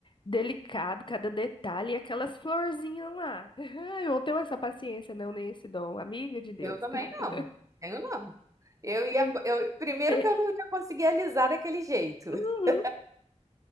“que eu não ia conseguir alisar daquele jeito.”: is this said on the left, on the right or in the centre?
Right